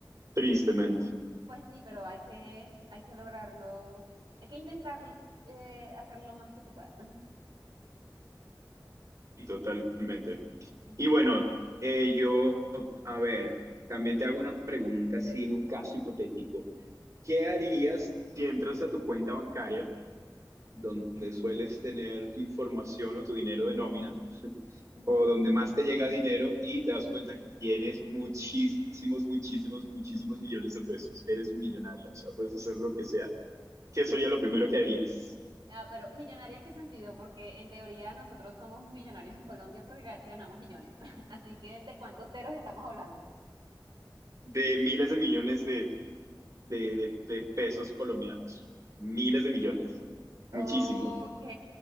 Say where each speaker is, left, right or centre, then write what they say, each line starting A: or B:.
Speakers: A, on the right; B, on the right.
A: tristemente
B: Pues sí, pero hay que, hay que lograrlo, hay que intentar eh, hacer lo más que se pueda. <laughs>
A: y totalmente.
B: Ujú,
A: Y bueno, Eh, yo, a ver, también te hago una pregunta, así en un caso hipotético. ¿Qué harías
B: ujú,
A: si entras a tu cuenta bancaria, donde sueles tener tu información o tu dinero de nómina,
B: ujú.
A: o donde más te llega dinero y te das cuenta que tienes muchísimos, muchísimos, muchísimos millones de pesos? Eres millonaria, o sea, puedes hacer lo que sea. ¿qué sería lo primero que harías?
B: Ah, pero millonaria en qué sentido? Porque en teoría nosotros somos millonarios en Colombia porque ga- ganamos millones. <laughs> Así que, ¿de cuántos ceros estamos hablando?
A: De miles de millones de, de, de- de pesos colombianos. Miles de millones. Muchísimos.
B: Ok.